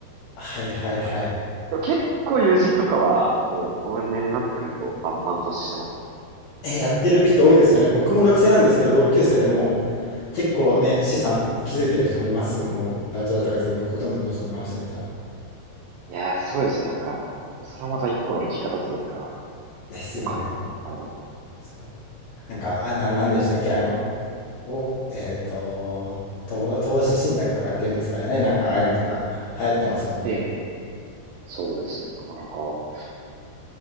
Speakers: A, on the left; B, on the right.
A: はいはいはい。
B: なんか、でも結構友人とかはもうこの年齢になってくるとバンバン投資してますね。
A: えー、やってる人多いですよね。僕も学生なんですけど、同級生でも結構ね、資産築いてる人もいます。もうバイト代とか全部ほとんど投資に回してみたいな。
B: いやー、すごいですよ。なんか、それはまた一個の生き方というか、
A: ですよね。
B: お金の、あれなの。
A: そう。なんか、あ、な、なんでしたっけあの、を、えっ、と投、と投資信託とかって言うんですからね。なんかああいうのとか流行ってますもんね。
B: ええ、そうですね。なかなか、ど